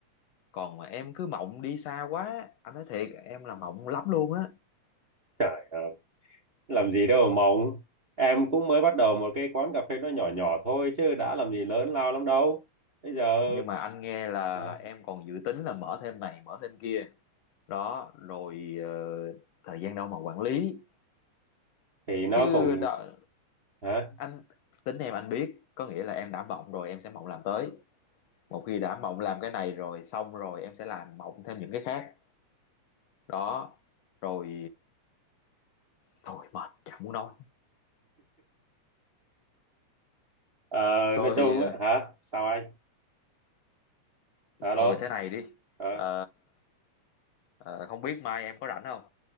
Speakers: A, on the left (about 75°); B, on the right (about 45°).
A: còn mà em cứ mộng đi xa quá anh nói thiệt em là mộng lắm luôn á
B: Trời ơi, làm gì đâu mà mộng. Em cũng mới bắt đầu một cái quán cà phê nó nhỏ nhỏ thôi chứ đã làm gì lớn lao lắm đâu. Bây giờ
A: nhưng mà anh nghe là
B: hả?
A: em còn dự tính là mở thêm này mở thêm kia đó rồi ờ, thời gian đâu mà quản lý
B: thì nó
A: chứ
B: cũng
A: đó,
B: hả?
A: anh tính em anh biết có nghĩa là em đã mộng rồi em sẽ mộng làm tới một khi đã mộng làm cái này rồi xong rồi em sẽ làm mộng thêm những cái khác đó rồi thôi mệt chẳng muốn nói
B: Ờ,
A: thôi
B: nói chung
A: thì
B: á hả? Sao anh? Alo.
A: thôi thế này đi
B: Ờ,
A: Ờ, ờ, không biết mai em có rảnh không